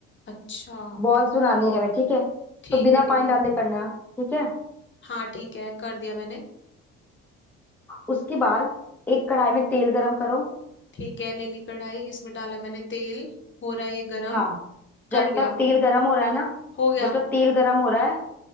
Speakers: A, on the left; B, in the centre.
A: अच्छा
B: बॉल्स बनानी है हमें ठीक है
A: ठीक
B: तो बिना
A: है ठीक
B: पानी
A: है
B: डाले करना ठीक है
A: हाँ ठीक है कर दिया मैंने
B: उसके बाद एक कढ़ाई में तेल गरम करो
A: ठीक है ले ली कढ़ाई इसमें डाला मैंने तेल हो रहा है ये गरम
B: हाँ
A: कर
B: जब
A: लिया
B: तक तेल गरम हो रहा है ना
A: हो गया
B: जब तक तेल गरम हो रहा है